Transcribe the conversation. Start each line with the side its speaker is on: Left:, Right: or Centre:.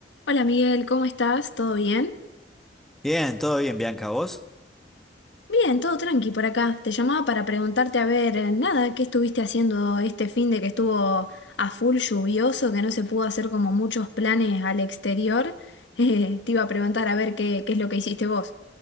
Left: Hola Miguel, ¿cómo estás? ¿Todo bien?
Centre: Bien, todo bien, Bianca, ¿vos?
Left: Bien, todo tranqui por acá. Te llamaba para preguntarte, a ver, eh, nada, ¿qué estuviste haciendo este fin de que estuvo a full lluvioso, que no se pudo hacer como muchos planes al exterior? <laughs> Eh, te iba a preguntar a ver qué, qué es lo que hiciste vos.